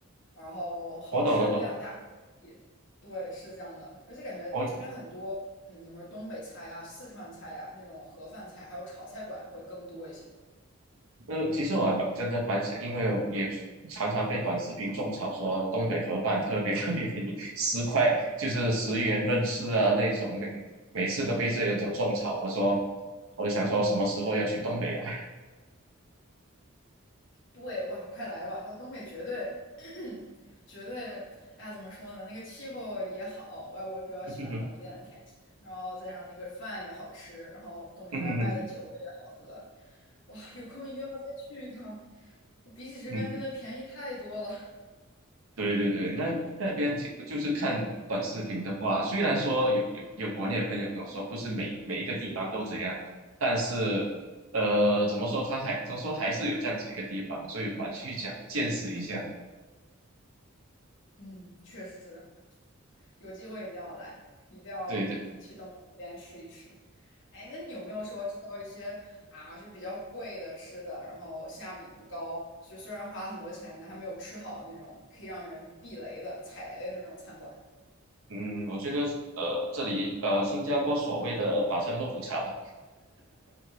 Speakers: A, on the left (about 60°); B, on the right (about 80°).
A: 然后好吃量大。
B: 我懂，我懂，
A: 也对，是这样的，而且感觉这边很多，
B: 我
A: 嗯，怎么说东北菜啊、四川菜啊那种盒饭菜，还有炒菜馆会更多一些。
B: 嗯，其实我还蛮真的蛮想，因为我也常常被短视频种草说东北盒饭特别 <laughs> 特别便宜，十块就是十元论吃啊那种，每每次都被这种种草。我说，我就想说什么时候要去东北啊？
A: 对，哇，快来吧！我东北绝对，<clears throat> 绝对，哎呀，怎么说呢？那个气候也好，我我也比较喜欢冷一点的天气，
B: <laughs>
A: 然后再上那个饭也好吃，然后东北那边卖的酒也好喝，
B: 嗯嗯
A: 哇，有空一定要再去一趟，比起这边真的便宜太多了。
B: 嗯，对对对，那那边就就是看短视频的话，虽然说有有有国内的朋友跟我说，不是每每一个地方都这样，但是呃，怎么说，他还他说还是有这样子一个地方，所以我们去想见识一下。
A: 嗯，确实。有机会一定要来，一定要去东北那边吃一吃。
B: 对对。
A: 哎，那你有没有说吃到一些啊，就比较贵的吃的，然后性价比不高，就虽然花了很多钱，但还没有吃好那种可以让人避雷的、踩雷的那种餐馆？
B: 嗯，我觉得呃，这里呃，新加坡所谓的法餐肉骨茶吧，